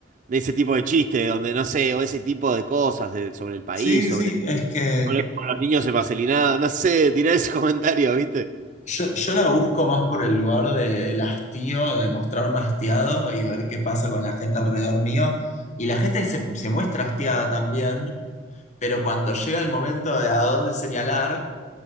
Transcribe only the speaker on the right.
De ese tipo de chiste, donde no sé, o ese tipo de cosas de- sobre el país,
sobre,
sobre cómo los niños en Marcelinado, no sé, tirá ese <laughs> comentario, ¿viste?